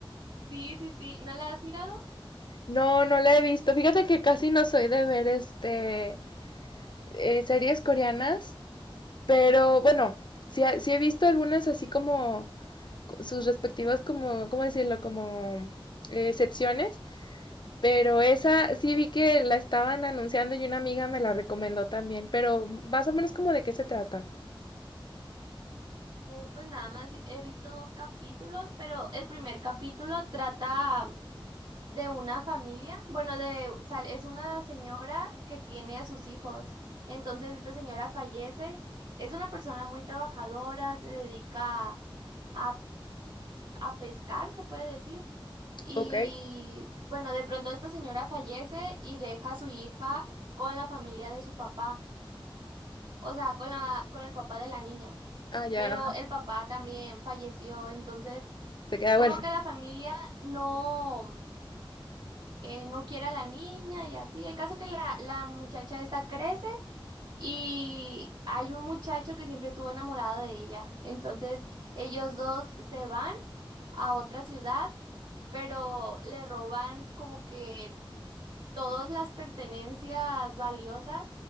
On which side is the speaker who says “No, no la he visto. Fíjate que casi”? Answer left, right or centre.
Left